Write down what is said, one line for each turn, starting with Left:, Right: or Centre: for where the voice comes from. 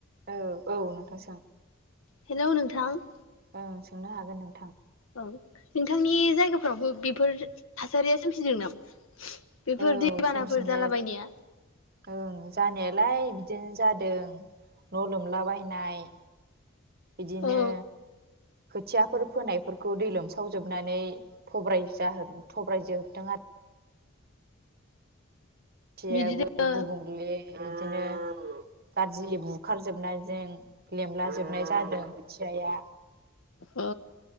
Right: औ औ नोंथां सों।
Left: हेल' नोंथां।
Right: अ सोंनो हागोन नोंथां।
Left: औ नोंथांनि जायगाफ्रावबो बेफोर थासारिया सोमजिदों नामा? बेफोर
Right: औ
Left: दैबानाफोर
Right: सोमजिनाय
Left: जालाबायनाया
Right: ओं जानायालाय बिदि दिनो जादों न' लोमलाबायनाय बिदिनो
Left: औ
Right: खोथियाफोर फोनायफोरखौ दै लोमसावजोब नानै थब्राय जा थब्राय जोबदों आरो थियाबो
Left: बिदिनो
Right: गुबुंले बिदिनो गाज्रि बु खारजोबनायजों लेमला जोबनाय जादों खोथियाया।
Left: औ।